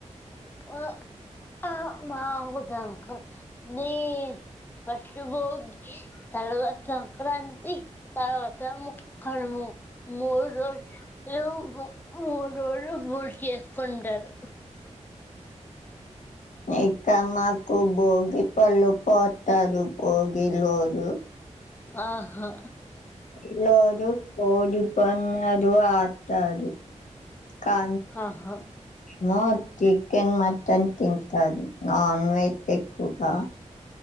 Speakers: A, on the left; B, on the left.
A: ఆ ఆ మాగుదంక నీ ఫస్ట్ బోగ్ తర్వా సంక్రాంతి తర్వాత ముక్కనుము మూడు రోజు లు మూడ్రోలు మూడు చేసుకుంటారు
B: ఇక్క మాకు బోగి పళ్ళు పోత్తడు వోగి లోజు
A: ఆహా
B: ఇలోజు కోడి పందాడు ఆతాడు కా
A: ఆహా
B: మో చికెన్ మటన్ తింటాడు నాన్ వెజ్ ఎకుకా